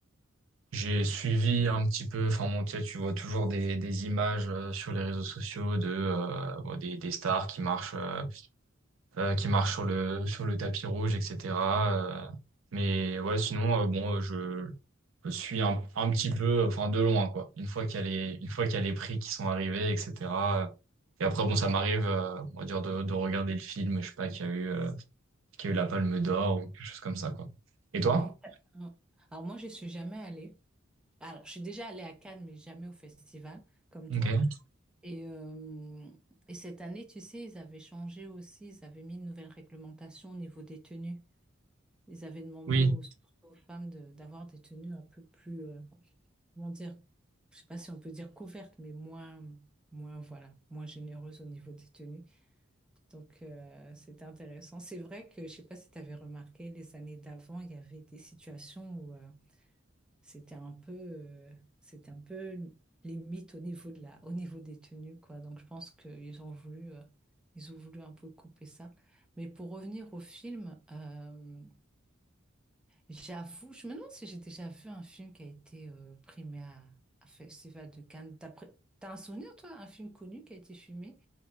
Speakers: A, on the right; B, in the centre.
A: j'ai suivi un petit peu, enfin, bon, tu sais, tu vois toujours des, des images euh, sur les réseaux sociaux de, euh, bon, des, des stars qui marchent. euh, euh, qui marche sur le sur le tapis rouge, etc. euh, mais ouais, sinon euh, bon, euh, je, je suis un, un petit peu, enfin de loin quoi. Une fois qu'il y a les une fois qu'il y a les prix qui sont arrivés, etc. euh, et après bon, ça m'arrive, euh, on va dire de, de regarder le film, je sais pas, qui a eu euh, qui a eu la Palme d'Or ou quelque chose comme ça quoi. Et
B: Oui.
A: toi?
B: Alors moi, je suis jamais allée. Alors, je suis déjà allée à Cannes, mais jamais au festival, comme
A: Ok.
B: toi. Et, euh, et cette année, tu sais, ils avaient changé aussi, ils avaient mis une nouvelle réglementation au niveau des tenues. Ils avaient demandé
A: Oui.
B: aux, surtout aux femmes de- d'avoir des tenues un peu plus, euh, comment dire, je sais pas si on peut dire couvertes, mais moins, moins, voilà, moins généreuses au niveau des tenues. Donc, euh, c'était intéressant. C'est vrai que, je sais pas si tu avais remarqué, les années d'avant, il y avait des situations où euh, c'était un peu, euh, c'était un peu limite au niveau de la, au niveau des tenues, quoi. Donc, je pense qu'ils ont voulu, euh, ils ont voulu un peu couper ça. Mais pour revenir au film, euh, j'avoue, je me demande si j'ai déjà vu un film qui a été euh, primé à, à Festival de Cannes. T'as, pré- t'as un souvenir, toi, un film connu qui a été filmé?